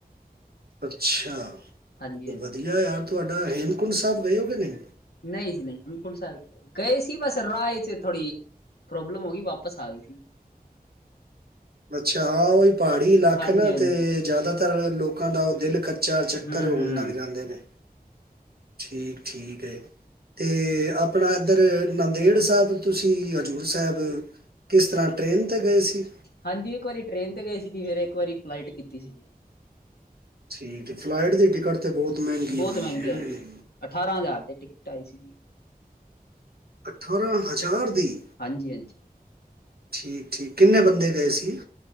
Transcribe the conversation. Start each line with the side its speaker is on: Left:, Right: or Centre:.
Right: ਅੱਛਾ।
Left: ਹਾਂਜੀ ਹਾਂਜੀ
Right: ਵਧੀਆ ਯਾਰ ਤੁਹਾ ਆ ਹੇਮਕੁੰਟ ਸਾਹਿਬ ਗਏ ਕਦੀ।
Left: ਨਹੀਂ ਜੀ ਨਹੀਂ ਹੇਮਕੁੰਟ ਸਾਹਿਬ, ਗਏ ਸੀ ਬਸ ਰਾਹ ਚ ਥੋੜ੍ਹੀ ਪ੍ਰੋਬਲਮ ਹੋ ਗਈ, ਵਾਪਸ ਆ ਗਏ ਸੀ।
Right: ਅੱਛਾ ਹਾਂ ਉਹਹੀ ਪਹਾੜੀ ਇਲਾਕੇ
Left: ਹਾਂਜੀ
Right: ਨਾ
Left: ਹਾਂਜੀ
Right: ਤੇ ਜ਼ਿਆਦਾਤਰ ਲੋਕ ਲੋਕਾਂ ਦਾ ਉਹ ਦਿਲ ਦਸ ਚੱਕਰ
Left: ਹੂੰ
Right: ਹੋਣ
Left: ਹੂੰ
Right: ਲੱਗ ਜਾਂਦੇ ਨੇ ਠੀਕ ਠੀਕ ਹੈ ਅਤੇ ਆਪਣਾ ਇੱਧਰ ਨੰਦੇੜ ਸਾਹਿਬ ਤੁਸੀਂ ਹਜ਼ੂਰ ਸਾਹਿਬ ਕਿਸ ਤਰ੍ਹਾਂ ਟਰੇਨ 'ਤੇ ਗਏ ਸੀ
Left: ਹਾਂਜੀ ਇੱਕ ਵਾਰੀ ਟ੍ਰਰੇਨ ਤੇ ਗਏ ਸੀਗੀ ਫਿਰ ਇੱਕ ਵਾਰੀ ਫਲਾਈਟ ਕੀਤੀ ਸੀਗੀ
Right: ਠੀਕ ਫਲਾਈਟ ਦੀ ਟਿਕਟ ਤੇ ਬਹੁਤ ਮਹਿੰਗੀ
Left: ਬਹੁਤ
Right: ਹੋਣੀ
Left: ਮਹਿੰਗੀ
Right: ਹੈ
Left: ਆਈ ਸੀਗੀ ਅਠਾਰਾਂ ਹਜ਼ਾਰ ਦੇ ਟਿਕਟ ਆਈ ਸੀ ਜੀ
Right: ਅਠਾਰਾਂ ਹਜ਼ਾਰ ਦੀ
Left: ਹਾਂਜੀ ਹਾਂਜੀ
Right: ਠੀਕ ਠੀਕ ਕਿੰਨੇ ਬੰਦੇ ਗਏ ਸੀ